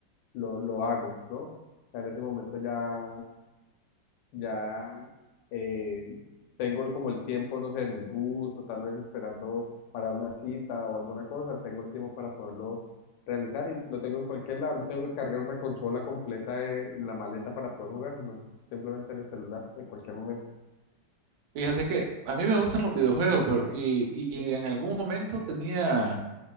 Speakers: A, on the left; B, on the right.
A: lo, lo hago, ¿no? O sea, en ese momento ya ya eh, tengo como el tiempo, no sé, en el bus o tal vez esperando para una cita o alguna cosa, tengo el tiempo para poderlo realizar y lo tengo en cualquier lado, no tengo que cargar una consola completa de- en la maleta para poder jugar, sino simplemente en el celular en cualquier momento.
B: Fíjate que a mí me gustan los videojuegos, pero, y, y en algún momento tenía